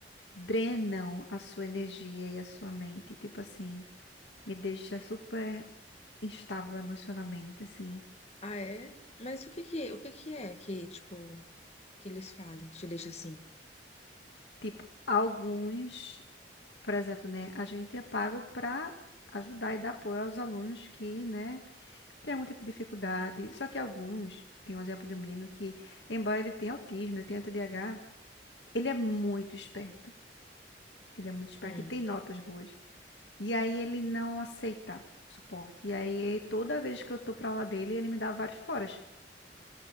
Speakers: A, on the left; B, on the left.
A: drenam a sua energia e a sua mente, tipo assim, me deixa super instável emocionalmente, assim.
B: Ah, é? Mas o que que, o que que é que, tipo, que eles fazem que te deixa assim?
A: Tipo, alguns, por exemplo, né, a gente é pago para ajudar e dar apoio aos alunos que, né, têm algum tipo de dificuldade. Só que alguns, tem um exemplo de um menino que, embora ele tenha autismo, ele tenha TDAH, ele é muito esperto. Ele é muito esperto
B: Hum,
A: e tem notas boas. E aí ele não aceita suporte. E aí toda vez que eu tô pra aula dele, ele me dá vários foras.